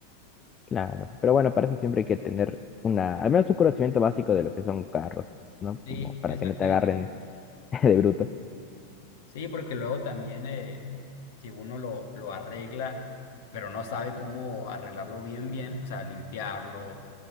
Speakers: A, on the left; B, on the left.
A: Claro, pero bueno, para eso siempre hay que tener una, al menos un conocimiento básico de lo que son carros, ¿no?
B: Sí,
A: Como para
B: exactamente.
A: que no te agarren <laughs> de bruto.
B: Sí, porque luego también eh, si uno lo, lo arregla, pero no sabe cómo arreglarlo bien, bien, o sea, limpiarlo